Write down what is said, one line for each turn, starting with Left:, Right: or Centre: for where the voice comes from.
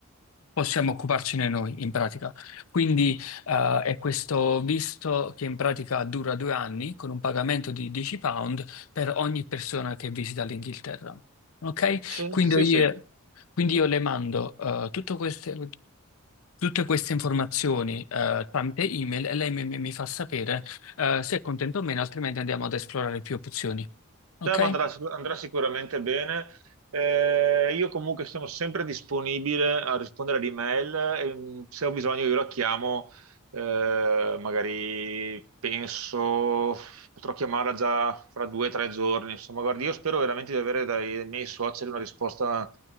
Left: possiamo occuparcene noi in pratica. Quindi eh, è questo visto che in pratica dura due anni con un pagamento di 10 pound per ogni persona che visita l'Inghilterra. Ok?
Right: Sì,
Left: Quindi
Right: sì, sì.
Left: io, quindi io le mando eh, tutto queste- tutte queste informazioni eh, tramite email e lei mi, mi- mi fa sapere eh, se è contento o meno, altrimenti andiamo ad esplorare più opzioni. Ok?
Right: Cioè, ma andrà, sicu- andrà sicuramente bene. Eh, io comunque sono sempre disponibile a rispondere ad email e mh, se ho bisogno io la chiamo, eh, magari penso potrò chiamarla già fra due o tre giorni. Insomma, guardi, io spero veramente di avere dai miei suoceri una risposta